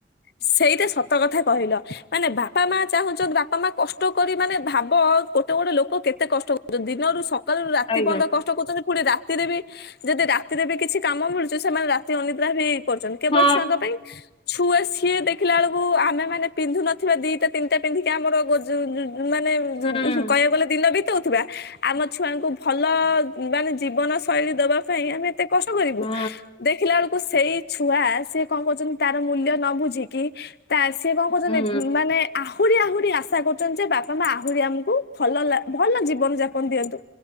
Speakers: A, on the left; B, on the left.
A: ସେଇଟା ସତ କଥା କହିଲ, ମାନେ ବାପା ମା ଚାହୁଁଛନ୍ତି ବାପା ମା କଷ୍ଟ କରି ମାନେ ଭାବ ଗୋଟେ ଗୋଟେ ଲୋକ କେତେ କଷ୍ଟ କରୁଛନ୍ତି ଦିନରୁ ସକାଳୁ ରାତି
B: ଆଜ୍ଞା।
A: ପର୍ଯ୍ୟନ୍ତ କଷ୍ଟ କରୁଛନ୍ତି ପୁଣି ରାତିରେ ବି ଯଦି ରାତିରେ ବି କିଛି କାମ ମିଳୁଛି ସେମାନେ ରାତି ଅନିଦ୍ରା ହୋଇ କରୁଛନ୍ତି କେବଳ
B: ହଁ
A: ଛୁଆଙ୍କ ପାଇଁ ଛୁଆ ସି କିଏ ଦେଖିଲା ବେଳକୁ ଆମେମାନେ ପିନ୍ଧୁ ନଥିବା ଦିଇଟା ତିନିଟା ପିନ୍ଧିକି ଆମର ଗଜୁ ଜୁ ମାନେ
B: ହୁଁ
A: ଜୁ କହିବାକୁ ଗଲେ ଦିନ ବି ଦଉଥିବା ଆମ ଛୁଆଙ୍କୁ ଭଲ ମାନେ ଜୀବନ ଶୈଳୀ ଦବା ପାଇଁ ଆମେ ତେ କଷ୍ଟ କରିବୁ,
B: ହୁଁ
A: ଦେଖିଲା ବେଳକୁ ସେଇ ଛୁଆ ସିଏ କଣ କରୁଛନ୍ତି ତାର ମୂଲ୍ୟ ନ ବୁଝି ଝିକି ତା ସିଏ କଣ କରୁଛନ୍ତି
B: ହୁଁ
A: ମାନେ ଆହୁରି ଆହୁରି ଆଶା କରୁଛନ୍ତି ଯେ ବାପା ମା ଆହୁରି ଆମକୁ ଭଲ ଲା ଭଲ ଜୀବନ ଯାପନ ଦିଅନ୍ତୁ।